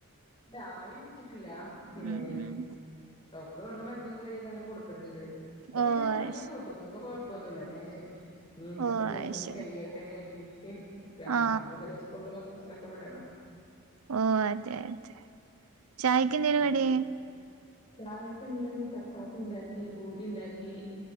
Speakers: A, on the left (about 25°); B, on the right (about 80°).
A: ആവി പിടിച്ചിട്ടില്ല പിന്നെ
B: ഉം ഉം
A: ഡോക്ടർ തന്ന മരുന്നും ഗുളികക്കെങ്ങനെ കൊടുക്കൺണ്ട് ഇപ്പ
B: ഓ
A: പിന്ന
B: അത്
A: പനിയൊക്ക
B: ശരി
A: വിട്ട് ഇപ്പള് ഇപ്പൊ കൊഴപ്പൊന്നുല്ലാ അപ്പൊ ഞാന് ഇനി ഇന്നത്തെ
B: ഓ
A: ദിവസം
B: അത്
A: കൂടി
B: ശരി
A: കയ്യട്ടേന്ന് കര്തീട്ട് ക്കാണ്
B: ആ
A: നാളെ മുതല് സ്കൂൾലും മദ്രസിലൊക്കെ വിടണം
B: ഓഹ് അതെ അതെ ചായക്ക്
A: ഇമ്മി
B: എന്തേനു
A: മക്കളും
B: കടി
A: ചായക് ഇന്ന് ചപ്പാത്തി ഇണ്ടാക്കി ഈ ഭൂരി ഉണ്ടാക്കി